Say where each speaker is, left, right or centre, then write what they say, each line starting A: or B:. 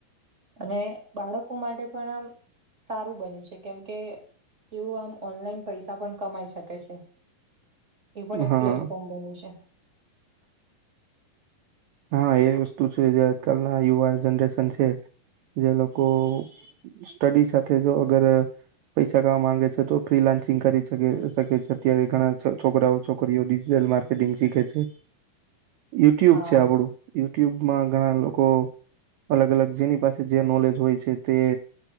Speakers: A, on the right (about 20°); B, on the right (about 85°).
A: અને બાળકો માટે પણ આમ સારું બન્યું છે કેમકે તેઓ આમ ઓનલાઈન પૈસા પણ કમાઈ શકે છે. એ પણ એક
B: હા
A: પ્લેટફોર્મ બને્યું છે.
B: હા એ વસ્તુ છે, જે આજકાલના યુવા જનરેશન છે. જે લોકો સ્ટડી સાથે જો અગર પૈસા કવા માંગે છે, તો ફ્રી લાન્સિંગ કરી શકે શકે છે. અત્યારે ઘણા છોકરાઓ છોકરીઓ માર્ટંગ શીખે છે.
A: <inaudible>
B: યુટ્યુબ
A: હા
B: છે આપડું યુ યુટ્યુબમાં ઘણા લોકો અલગ અલગ જેની પાસે જે નોલેજ હોય છે તે